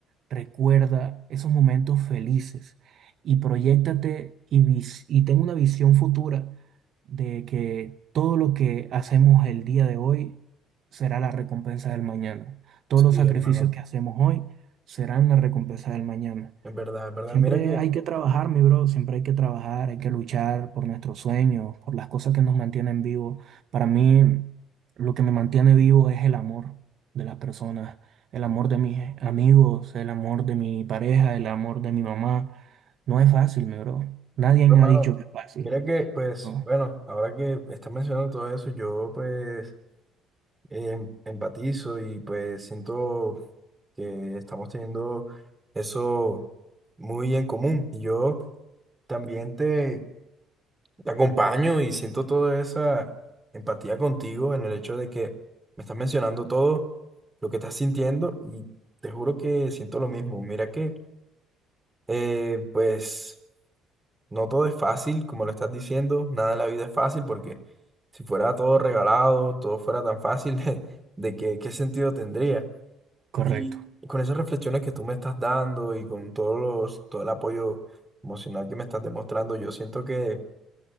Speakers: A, on the right; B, on the right.
A: recuerda esos momentos felices y proyéctate y, vis- y ten una visión futura de que todo lo que hacemos el día de hoy será la recompensa del mañana. Todos
B: sí,
A: los sacrificios
B: hermano.
A: que hacemos hoy serán la recompensa del mañana.
B: En verdad, en verdad,
A: Siempre
B: mira que...
A: hay que trabajar, mi bro, siempre hay que trabajar, hay que luchar por nuestros sueños, por las cosas que nos mantienen vivos. Para mí, lo que me mantiene vivo es el amor de las personas, el amor de mis amigos, el amor de mi pareja, el amor de mi mamá. No es fácil, mi bro. Nadie
B: Hermano,
A: me ha dicho que es fácil,
B: mira que, pues,
A: ¿no?
B: bueno, ahora que estás mencionando todo eso, yo pues em- empatizo y pues siento que estamos teniendo eso muy en común. Y yo también te, te acompaño y siento toda esa empatía contigo en el hecho de que me estás mencionando todo lo que estás sintiendo y te juro que siento lo mismo. Mira que, eh, pues... No todo es fácil, como lo estás diciendo, nada en la vida es fácil porque si fuera todo regalado, todo fuera tan fácil, <laughs> ¿de qué, qué sentido tendría?
A: Correcto,
B: Y con esas reflexiones que tú me estás dando y con todos los, todo el apoyo emocional que me estás demostrando, yo siento que